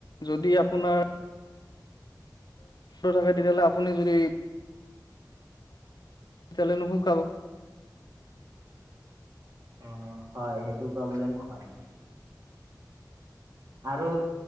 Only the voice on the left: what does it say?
যদি আপোনাৰ থাকে, তেতিয়া হ'লে আপুনি যদি তেতিয়াহ'লে নুশুকাব।